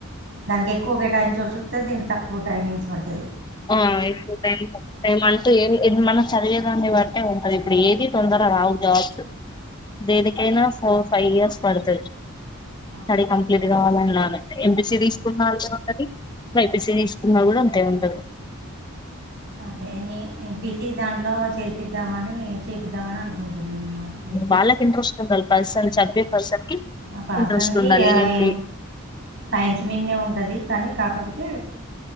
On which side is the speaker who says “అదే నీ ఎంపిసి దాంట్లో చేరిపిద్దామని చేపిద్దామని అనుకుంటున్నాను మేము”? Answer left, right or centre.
Right